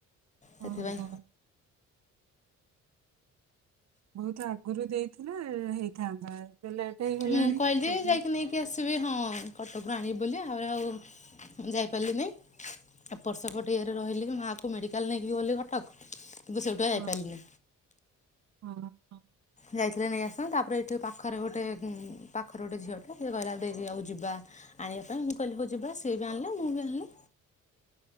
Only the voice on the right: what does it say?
ଅଁ ହଁ। ବହୁତ ଆଗରୁ ଦେଇଥିଲେ ହେଇଥାନ୍ତା ଏବେ ଲେଟ ହେଇଗଲାଣି
ସମସ୍ତ
ହଁ
ହଁ। ହଁ